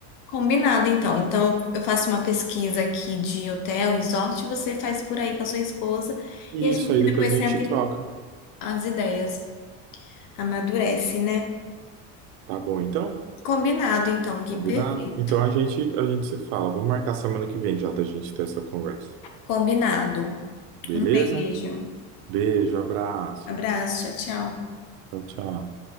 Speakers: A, on the left; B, on the right.
A: combinado então. Então eu faço uma pesquisa aqui de hotel, resort, você faz por aí com a sua esposa
B: E
A: e a gente
B: isso aí depois
A: depois
B: a
A: senta
B: gente troca.
A: e as ideias amadurece, né?
B: Tá bom, então?
A: Combinado então, que
B: Combinado?
A: perfeito.
B: Então a gente, a gente se fala. Vamos marcar semana que vem já da gente ter essa conversa.
A: Combinado.
B: Beleza?
A: Um beijo.
B: Beijo, abraço.
A: Abraço. Tchau, tchau.
B: Tchau, tchau.